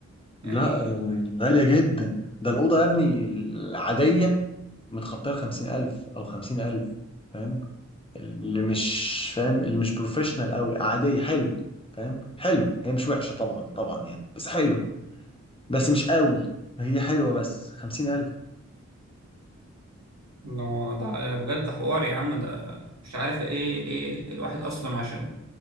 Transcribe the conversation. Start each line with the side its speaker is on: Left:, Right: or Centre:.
Right: يعني
Left: لا آه، غاليه جدا ده الاوضه يا ابني العاديه متخطيه ال 50000 او 50000 فاهم اللي مش فاهم اللي مش بروفيشنال قوي عاديه حلوه فاهم حلو هي مش وحشه طبعا طبعا يعني بس حلو بس مش قوي هي حلوه بس 50000
Right: لو ده بجد حوار يا عم ده مش عارف ايه ايه الواحد اصلا عشان